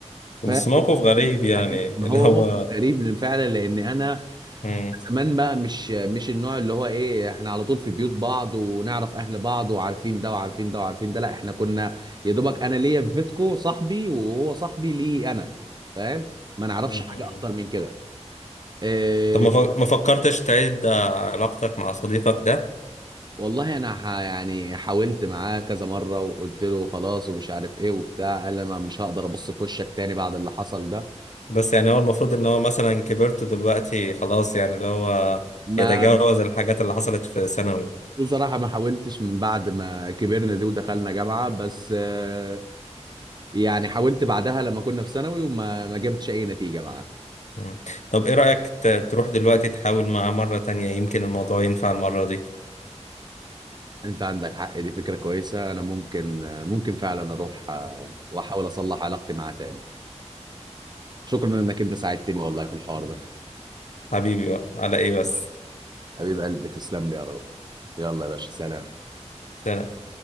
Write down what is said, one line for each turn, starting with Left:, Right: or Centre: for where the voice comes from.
Left: بس
Right: فاكر
Left: موقف غريب يعني
Right: حاجات
Left: اللي
Right: ما هو
Left: هو
Right: موقف غريب من فعلا لان انا
Left: مم.
Right: زمان بقى مش مش النوع اللي هو ايه احنا على طول في بيوت بعض ونعرف اهل بعض وعارفين ده وعارفين ده وعارفين ده لا احنا كنا يا دوبك انا ليا في بيتكو صاحبي وهو صاحبي ليه انا فاهم ما نعرفش
Left: مم.
Right: حاجه اكتر من كده إيه
Left: طب ما ف- ما فكرتش تعيد آه، علاقتك مع صديقك ده
Right: والله انا ح... يعني حاولت معاه كذا مره وقلت له خلاص ومش عارف ايه وبتاع قال لي انا مش هقدر ابص في وشك تاني بعد اللي حصل ده
Left: بس يعني هو المفروض ان هو مثلا كبرت دلوقتي خلاص يعني اللي هو
Right: ما
Left: يتجاوز الحاجات اللي حصلت في ثانوي
Right: بصراحة ما حاولتش من بعد ما كبرنا دي ودخلنا جامعة بس آه، يعني حاولت بعدها لما كنا في ثانوي وما ما جبتش أي نتيجة معاها
Left: مم. طب ايه رأيك ت- تروح دلوقتي تحاول معاه مرة تانية يمكن الموضوع ينفع المرة دي
Right: أنت عندك حق دي فكرة كويسة أنا ممكن آه، ممكن فعلا أروح آه، وأحاول أصلح علاقتي معاه تاني شكرا إنك أنت ساعدتني والله في الحوار ده
Left: حبيبي بقى على ايه بس
Right: حبيب قلبي تسلم لي يا رب يلا يا باشا سلام
Left: سلام